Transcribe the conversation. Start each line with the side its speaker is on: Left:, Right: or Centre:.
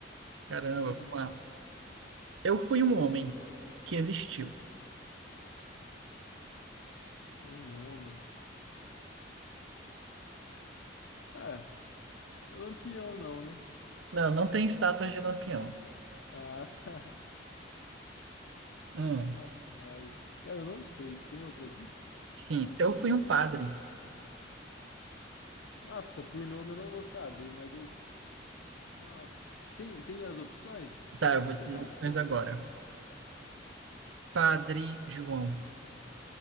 Right: Caramba,
Left: Hum,
Right: vamos lá. Eu fui um homem que existiu.
Left: foi um homem. Cara, não é Lampião não, né?
Right: Não, não tem estátuas de Lampião.
Left: <laughs> Ah, tá.
Right: Hum,
Left: Rapaz. Cara, eu não sei. Tem outra dica?
Right: sim, eu fui um padre.
Left: Nossa, por nome eu não vou saber, mas eu. Nossa. Tem, tem as opções
Right: Tá, eu
Left: para
Right: vou
Left: mim tentar
Right: te dizer
Left: um
Right: opções
Left: chute?
Right: agora. Padre João,